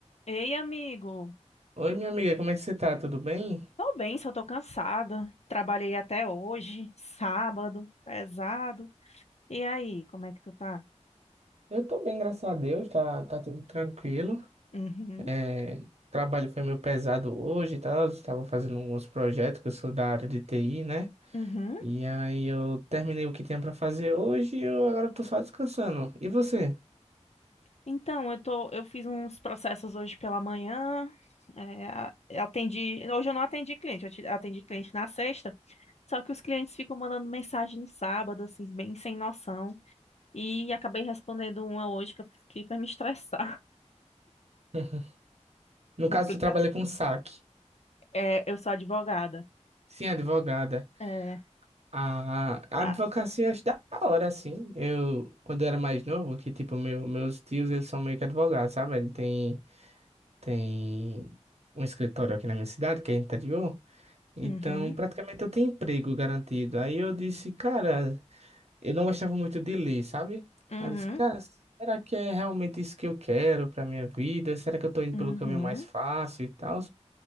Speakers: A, on the left; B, on the right.
A: Ei, amigo.
B: Oi, minha amiga, como é que você tá? Tudo bem?
A: Tô bem, só tô cansada. Trabalhei até hoje, sábado, pesado. E aí, como é que tu tá?
B: Eu tô bem, graças a Deus, tá, tá tudo tranquilo.
A: Uhum,
B: É, o trabalho foi meio pesado hoje e tal, eu estava fazendo uns projetos, que eu sou da área de TI, né?
A: uhum.
B: E aí eu terminei o que tinha pra fazer hoje e eu agora tô só descansando. E você?
A: Então, eu tô, eu fiz uns processos hoje pela manhã. é, a- eu atendi, hoje eu não atendi cliente, eu te- atendi cliente na sexta. Só que os clientes ficam mandando mensagem no sábado, assim, bem sem noção. E acabei respondendo uma hoje que eu fiquei pra me estressar. <laughs>
B: <laughs> No caso,
A: Complicado.
B: você trabalha com saque.
A: É, eu sou advogada.
B: Sim, advogada.
A: É.
B: A, a
A: Ah,
B: advocacia eu acho da hora, assim. Eu, quando eu era mais novo, que tipo, meu, meus tios, eles são meio que advogados, sabe? Ele tem tem um escritório aqui na minha cidade, que é interior, então
A: uhum,
B: praticamente eu tenho emprego garantido. Aí eu disse, cara, eu não gostava muito de ler, sabe?
A: uhum.
B: Aí eu disse, cara, será que é realmente isso que eu quero pra minha vida? Será que eu tô indo
A: Uhum.
B: pelo caminho mais fácil e tal?